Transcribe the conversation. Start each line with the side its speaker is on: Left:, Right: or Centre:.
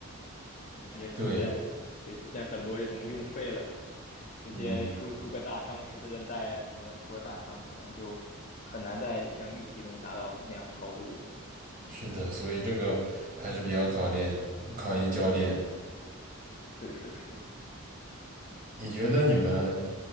Left: 也出现也出现很多这种用废了的，
Right: 对，
Left: 直接出出个大伤，
Right: 嗯，
Left: 十字韧带啊什么的，出个大伤，可能就很难在像预期中达到那样的高度了。嗯，
Right: 是的，所以这个还是比较考验考验教练。
Left: 是是是。
Right: 你觉得你们，